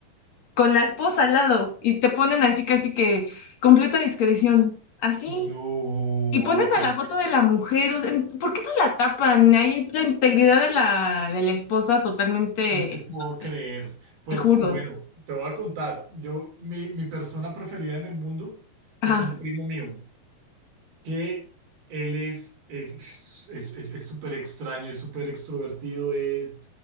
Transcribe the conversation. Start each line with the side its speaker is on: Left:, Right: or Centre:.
Left: con la esposa al lado y te ponen así casi que completa discreción, así.
Right: No,
Left: Y ponen
Right: no te,
Left: a la foto de la mujer, o sea, en- ¿por qué no la tapan? Ahí la integridad de la, de la esposa totalmente,
Right: no te puedo
Left: pisoteada,
Right: creer. Pues
Left: te juro.
Right: bueno, te voy a contar. Yo, mi, mi persona preferida en el mundo es
Left: Ajá,
Right: un primo mío. que él es es es es- es súper extraño, es súper extrovertido, es